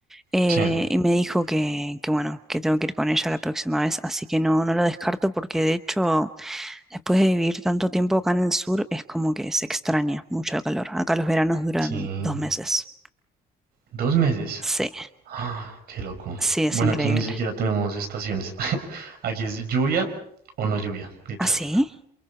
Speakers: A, in the centre; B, on the right.
A: Eh,
B: Sí.
A: y me dijo que, que bueno, que tengo que ir con ella la próxima vez, así que no, no lo descarto porque de hecho, después de vivir tanto tiempo acá en el sur, es como que se extraña mucho el calor. Acá los veranos duran
B: Sí.
A: dos meses.
B: Dos meses.
A: Sí,
B: Ah, qué loco.
A: sí, es
B: Bueno,
A: increíble.
B: aquí ni siquiera tenemos estaciones. <laughs> Aquí es lluvia o no lluvia, literal.
A: ¿Ah, sí?